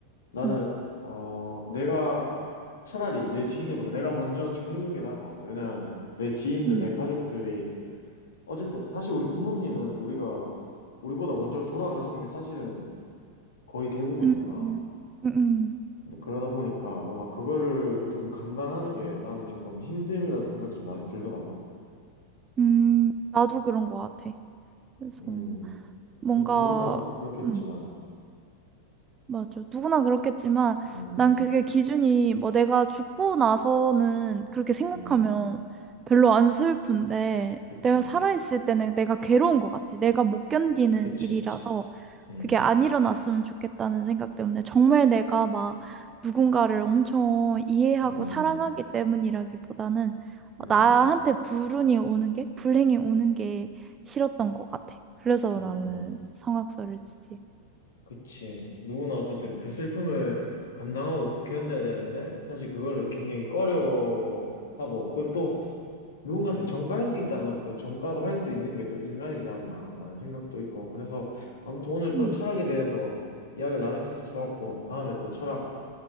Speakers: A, on the left; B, on the right.
A: 나는,
B: 음,
A: 어, 내가 차라리 내 지인들보다 내가 먼저 죽는 게 나은 것 같아. 왜냐하면, 내 지인들,
B: 음,
A: 내 가족들이, 어쨌든, 사실 우리 부모님은 우리가, 우리보다 먼저 돌아가시는 게 사실은 거의 대부분이잖아.
B: 음, 음, 음,
A: 근데 그러다 보니까 뭔가 그거를 조금 감당하는 게 나는 조금 힘들다는 생각이 좀 많이 들더라고.
B: 음. 나도 그런 거 같아. 그래서
A: 음,
B: 뭔가
A: 그래서 누구나 그렇겠지만,
B: 음. 맞아. 누구나 그렇겠지만
A: 음,
B: 난 그게 기준이 뭐 내가 죽고 나서는 그렇게 생각하면
A: 음,
B: 별로 안 슬픈데
A: 그치,
B: 내가 살아있을 때는 내가 괴로운 것 같아. 내가 못 견디는
A: 그치,
B: 일이라서
A: 그치, 음,
B: 그게 안 일어났으면 좋겠다는 생각 때문에 정말 내가 막 누군가를 엄청 이해하고
A: 음,
B: 사랑하기 때문이라기보다는
A: 음,
B: 나한테 불운이 오는 게, 불행이 오는 게 싫었던 것 같아. 그래서
A: 음, 음,
B: 나는 성악설을 치지.
A: 그치. 누구나 어쨌든 그 슬픔을 감당하고 견뎌야 되는데, 사실 그거를 굉장히 꺼려하고, 그것도 누군가한테 전가할 수 있다면 또 전가도 할 수 있는 게 또 인간이지 않나라는 생각도 있고, 그래서 아무튼 오늘 또
B: 음.
A: 철학에 대해서 이야기를 나눌 수 있어서 좋았고, 다음에 또 철학